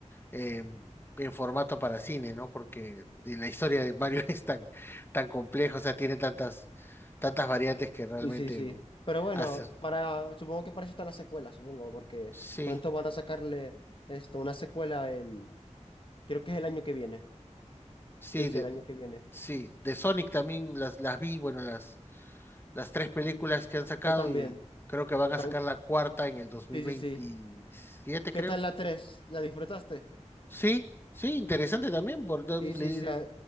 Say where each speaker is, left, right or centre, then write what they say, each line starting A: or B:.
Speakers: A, on the left; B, on the left.
A: eh, en formato para cine, ¿no? Porque la historia de Mario <laughs> es tan, tan compleja, o sea, tiene tantas, tantas variantes que realmente
B: Sí, sí, sí.
A: mm,
B: Pero bueno,
A: hace.
B: para, supongo que para eso está la secuela, supongo, porque
A: Sí,
B: pronto van a sacarle esto, una secuela el, creo que es el año que viene.
A: sí,
B: Sí, sí,
A: de,
B: el año que viene.
A: sí, de Sonic también las, las vi, bueno, las... las tres películas que han sacado
B: Yo también.
A: y creo que van
B: Yo
A: a
B: tam-
A: sacar la cuarta en el dos mil
B: sí,
A: veintisiete
B: sí, sí.
A: creo.
B: ¿Qué tal la 3? ¿La disfrutaste?
A: Sí, sí, interesante también, por don-
B: Sí, sí,
A: le,
B: sí. a-